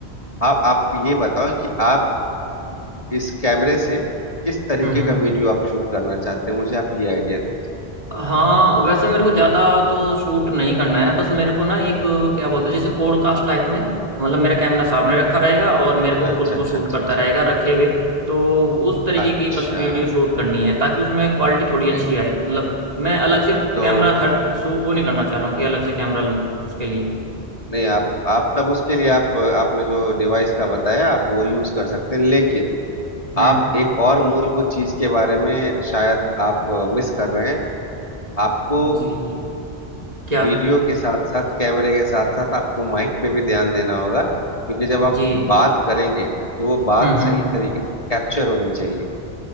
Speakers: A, on the left; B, on the right.
A: आप आप ये बताओ कि आप इस कैमरे से किस तरीके
B: हम्म
A: का वीडियो आप शूट करना चाहते हैं मुझे आप ये आइडिया दीजिए
B: हाँ वैसे मेरे को ज़्यादा तो शूट नहीं करना है बस मेरे को ना एक क्या बोलते हैं जैसे पॉडकास्ट टाइप में मतलब मेरा कैमरा सामने रखा रहेगा और मेरे को
A: अच्छा
B: खुद को
A: अच्छा
B: शूट
A: अच्छा
B: करता
A: अच्छा
B: रहेगा रखे हुए तो उस तरीके
A: अच्छा
B: की बस वीडियो शूट करनी है ताकि उसमें क्वालिटी थोड़ी अच्छी
A: जी
B: आए मतलब मैं अलग से
A: तो
B: कैमरा खर्च सो- वो नहीं करना चाह रहा हूँ कि अलग से कैमरा लूँ उसके लिए
A: नहीं आप आप तब उसके लिए आप आपने जो डिवाइस का बताया आप वो यूज कर सकते हैं लेकिन
B: हम्म
A: आप एक और मूलभूत चीज के बारे में शायद आप मिस कर रहे हैं आपको
B: जी क्या
A: वीडियो के साथ साथ कैमरे के साथ साथ आपको माइक पे भी ध्यान देना होगा क्योंकि जब आप
B: जी
A: बात करेंगे तो वो बात
B: हम्म
A: सही
B: हम्म
A: तरीके से कैप्चर होनी चाहिए